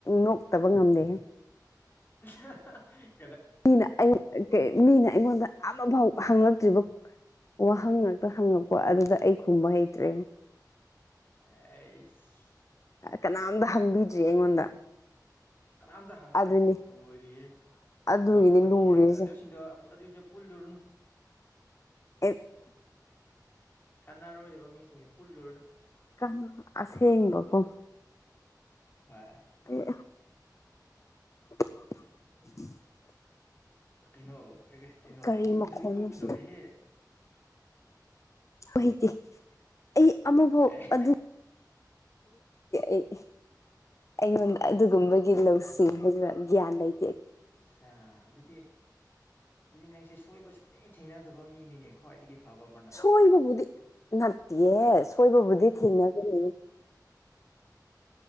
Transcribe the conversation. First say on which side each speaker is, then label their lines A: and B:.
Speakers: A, on the left; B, on the left.
A: ꯅꯣꯛꯇꯕ ꯉꯝꯗꯦ
B: ꯍꯦ ꯍꯥ ꯍꯥ
A: ꯃꯤꯅ ꯃꯤꯅ ꯑꯩꯉꯣꯟꯗ ꯑꯃꯥꯐꯥꯎ ꯍꯉꯛꯇ꯭ꯔꯤꯕ ꯋꯥꯍꯪ ꯉꯥꯛꯇ ꯍꯪꯉꯛꯄ ꯑꯗꯨꯗ ꯑꯩ ꯈꯨꯝꯕ ꯍꯩꯇ꯭ꯔꯦꯅꯦ
B: ꯑꯩꯁ
A: ꯀꯅꯥꯝꯇ ꯍꯪꯕꯤꯗ꯭ꯔꯤ
B: ꯑꯗꯨꯅꯤ
A: ꯑꯩꯉꯣꯟꯗ
B: ꯀꯅꯥꯝꯇ ꯍꯪꯉꯛꯑꯁ
A: ꯑꯗꯨꯅꯤ
B: ꯂꯣꯏꯔꯤꯍꯦ
A: ꯑꯗꯨꯒꯤꯅꯤ
B: ꯑꯉꯛꯄꯅꯤꯍꯦ
A: ꯂꯨꯔꯤꯁꯦ
B: ꯑꯗꯨꯏꯁꯤꯡꯗꯣ ꯑꯗꯨꯁꯤꯡ ꯄꯨꯜꯂꯨꯔꯅ
A: ꯑꯦ
B: ꯀꯥꯟꯅꯔꯣꯏꯗꯕ ꯃꯤꯁꯤꯡꯁꯦ ꯄꯨꯜꯂꯨꯔꯨꯅꯨ
A: ꯀ ꯑꯁ ꯍꯦꯡꯕꯒꯣ
B: ꯍꯣꯏ
A: ꯑ <inaudible>
B: ꯀꯩꯅꯣ ꯑꯦ ꯀꯩꯅꯣ
A: ꯀꯔꯤ
B: ꯈꯨꯝꯗꯕꯤ
A: ꯃꯈꯣꯟꯅꯣ
B: ꯇꯣꯛꯀꯦ
A: ꯁꯤꯕꯨ
B: ꯇꯧꯔꯦꯍꯦ
A: ꯑꯣꯏꯇꯦ ꯑꯩ ꯑꯃꯐꯥꯎ
B: ꯑꯦ
A: ꯑꯗꯨ ꯑꯩ ꯑꯩꯉꯣꯟꯗ ꯑꯗꯨꯒꯨꯝꯕꯒꯤ ꯂꯧꯁꯤꯡ
B: ꯏꯁ
A: ꯍꯥꯏꯖꯔꯛ ꯒ꯭ꯌꯥꯟ ꯂꯩ
B: ꯁꯥ ꯑꯗꯨꯗꯤ ꯑꯗꯨꯗꯤ ꯅꯪꯁꯦ ꯁꯣꯏꯕ ꯁꯨꯡꯇꯤ ꯊꯦꯡꯅꯗꯕ ꯃꯤꯅꯤꯅꯦ ꯈ꯭ꯋꯥꯏꯗꯒꯤ ꯐꯕ ꯑꯃꯅ
A: ꯁꯣꯏꯕꯕꯨꯗꯤ ꯅꯠꯇꯦ ꯁꯣꯏꯕꯕꯨꯗꯤ ꯊꯦꯡꯅꯒꯅꯤꯅꯦ